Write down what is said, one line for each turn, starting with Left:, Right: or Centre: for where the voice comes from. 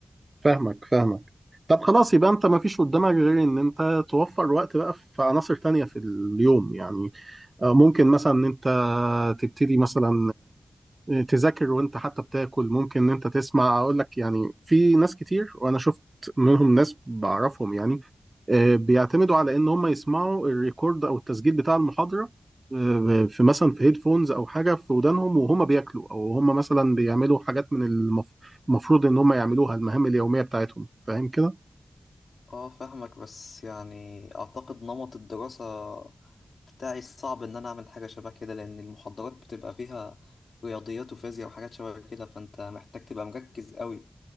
Right: فاهمك فاهمك طب خلاص يبقى انت ما فيش قدامك غير ان انت توفر وقت بقى في عناصر تانية في اليوم يعني آه، ممكن مثلا ان انت تبتدي مثلا تذاكر وانت حتى بتاكل ممكن ان انت تسمع اقول لك يعني في ناس كتير وانا شفت منهم ناس بعرفهم يعني آه، بيعتمدوا على ان هم يسمعوا الريكورد او التسجيل بتاع المحاضرة آه، في مثلا في هيدفونز او حاجة في ودانهم وهم بياكلوا او هم مثلا بيعملوا حاجات من المف- المفروض ان هم يعملوها المهام اليومية بتاعتهم فاهم كده
Left: اه فاهمك بس يعني اعتقد نمط الدراسة بتاعي صعب ان انا اعمل حاجة شبه كده لان المحاضرات بتبقى فيها رياضيات وفيزياء وحاجات شبه كده فانت محتاج تبقى مركز قوي